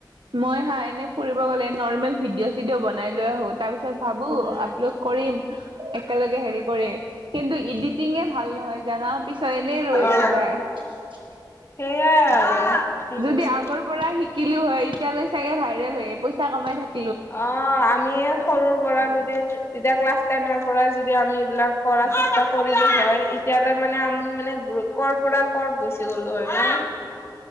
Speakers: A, on the right; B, on the left.
A: মই হা এনেই ফুৰিব গ'লে নৰ্মেল ভিডি চিডিঅ' বনাই লৈ আহো তাৰ পিছত তাৰ পাছত ভাবো
B: উম উম
A: আপলোড কৰিম একেলগে হেৰি কৰি কিন্তু এডিটিংয়ে ভাল নহয় জানা পিছত এনেই ৰৈ
B: অ'
A: ৰৈ যায়।
B: সেইয়াই আৰু। কি
A: যদি
B: কৈছে
A: আগৰ পৰা শিকিলো হয় এতিয়ালৈ চাগে ভাইৰেল হয় পইচা কমাই থাকিলো হয়।
B: অ আমি সৰু পৰা যদি যেতিয়া ক্লাছ টেনৰ পৰাই যদি। আমি এইবিলাক কৰা চেষ্টা কৰিলো হয় এতিয়ালৈ মানে আমি মানে গ্ৰুপ কৰ' পৰা ক'ত গুচি গ'লো হয় ন।